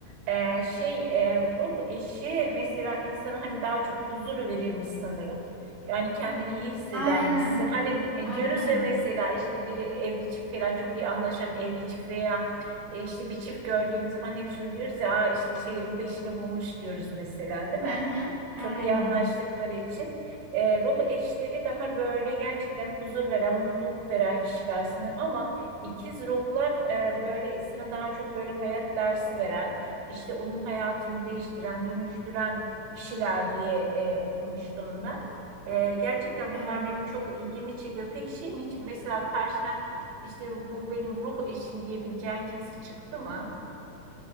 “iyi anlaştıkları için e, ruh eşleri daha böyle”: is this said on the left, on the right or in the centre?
Right